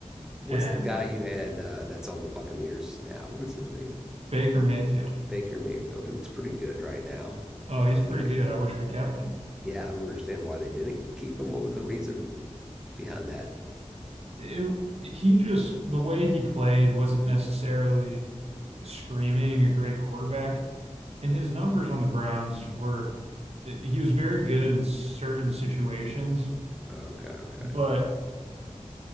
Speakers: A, in the centre; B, on the right.
A: What's
B: And
A: the guy you had uh, that's on the Buccaneers now? What is his name?
B: Baker Mayfield.
A: Baker Mayfield. He looks pretty good right now
B: Oh, he's pretty
A: lately.
B: good. I wish we kept him.
A: Yeah, I don't understand why they didn't keep him. What was the reason behind that?
B: It, he just, the way he played wasn't necessarily screaming a great quarterback. And his numbers on the Browns were, it, he was very good in certain situations,
A: Okay, okay.
B: but